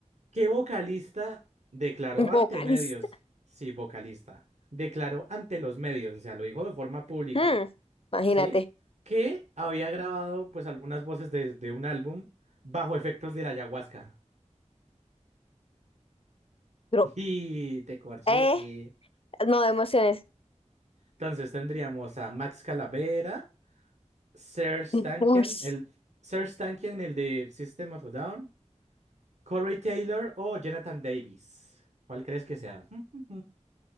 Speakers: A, on the right; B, on the left.
A: ¿Qué vocalista declaró
B: <laughs> Vocalista.
A: ante medios? Sí, vocalista. Declaró ante los medios, o sea, lo dijo de forma pública,
B: Hmm, imagínate.
A: ¿sí? Que había grabado pues algunas voces de, de un álbum bajo efectos de la ayahuasca.
B: Bro.
A: <laughs> Y te corché.
B: Eh,
A: y-
B: no, emociones.
A: Entonces tendríamos a Max Calavera, Serj
B: <laughs>
A: Tankian,
B: Ush.
A: el Serj Tankian, el de System of a Down, Corey Taylor o Jonathan Davis. ¿Cuál crees que sea? <laughs>